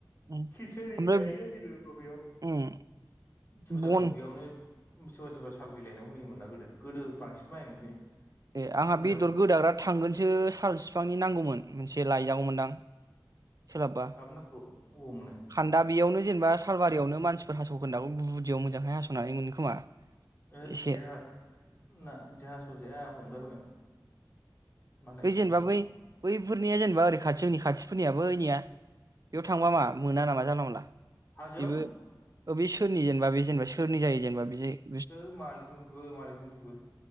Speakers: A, on the right; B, on the left.
A: उम
B: खिसारि
A: ओमफ्राय
B: जायो जोङो बबेयाव
A: उम
B: फुजाफ्राव
A: बन
B: बेयावनो सोरबा सोरबा साल बिलाइनायाव होयोमोन ना गोदो- गोदो बांसिन बायोमोनलै
A: ए
B: दा
A: आंहा
B: खम
A: बेदर
B: जाबाय
A: गोदाग्रा थांगोनसो साल फिफांनि नांगौमोन मोनसे लायजागौमोनदां? सोलाबबा
B: आंहाबो नांगौ अबाव मोनो?
A: खान्दा बेयावनो जेनेबा सालबारियावनो मानसिफोर हास'खोनदा गुदियाव मोजांहै हास'नानै मोनो खोमा?
B: ओइडस
A: एसे
B: बिदिहा ना बिदि हास'जाया हमजालाबायनो। मालायनि
A: बै जेनेबा
B: साल बागानाव
A: बै बैफोरनिया जेनेबा ओरै खाथि जोंनि खाथिफोरनिया बैनिया बेयाव थांबा मा मोना नामा जानला मोनला?
B: हाजोआव
A: बेबो ओ बै सोरनि जेनेबा बे जेनेबा सोरनि जायो जेनेबा बे जायो?
B: थो मालिक दंजोबो मालिक दंजोबो।